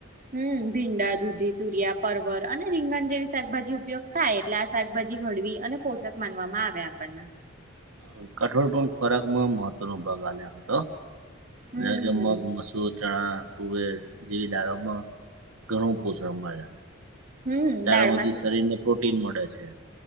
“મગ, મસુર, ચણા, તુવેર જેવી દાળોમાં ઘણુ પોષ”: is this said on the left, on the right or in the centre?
Right